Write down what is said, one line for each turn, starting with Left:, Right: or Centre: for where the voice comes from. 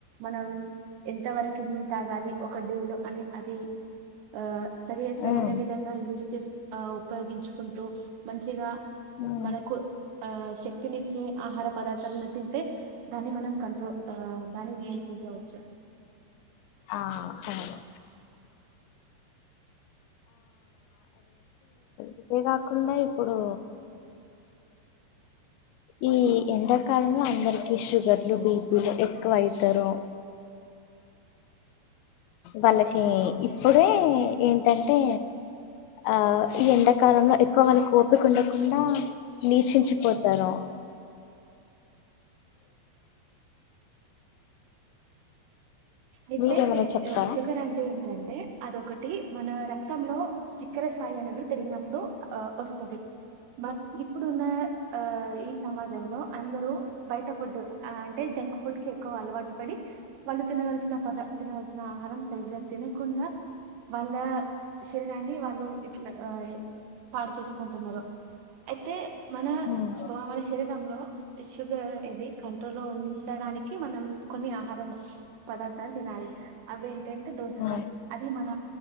Right: మనం ఎంతవరకి <unintelligible> తాగాలి ఒక డే లో అని అది ఆ సరే
Left: హ్మ్.
Right: సరైన విధంగా యూస్ చేస్ ఆ ఉపయోగించుకుంటూ మంచిగా
Left: హ్మ్.
Right: మనకు ఆ శక్తినిచ్చే ఆహార పదార్థాలను తింటే దాన్ని మనం కంట్రోల్ ఆ దాని నియంత్రిం చ వచ్చు
Left: ఆ! అవును. అంతే కాకుండా ఇప్పుడు ఈ ఎండాకాలంలో అందరికి షుగర్లు బీపీలు ఎక్ క్కువైతరు వాళ్ళకి ఇప్పుడే ఏంటంటే ఆ ఈ ఎండాకాలంలో ఎక్కువ వాళ్ళకు ఓపిక ఉండకుండా నీరసించి పోతారు.
Right: అయితే
Left: మీరేమైనా చెప్తారా
Right: షుగర్ అంటే ఏంటంటే అదొకటి మన రక్ క్తం లో చక్కెర సాయి అనేది పెరిగినప్పుడు ఆ వస్తది బట్ ఇప్పుడున్న ఆ ఈ సమాజంలో అందరూ బయట ఫుడ్ ఆ అంటే జంక్ ఫుడ్ కి ఎక్కువ అలవాటు పడి వాళ్ళు తినవల్సిన పద తినాల్సిన ఆహారం సరిగ్గా తినకుండా వాళ్ళ శరీరాన్ని వాళ్ళు ఇట్ల ఆ య్ పాడు చేసుకుంటున్నారు అయితే మన
Left: ఉమ్,
Right: బ మన శరీరంలో షుగర్ అనేది కంట్రోల్ లో ఉండడానికి మనం కొన్ని ఆహారం పదార్థాలు తినాలి అవి ఏంటంటే దోసకాయ
Left: ఉమ్,
Right: అది మన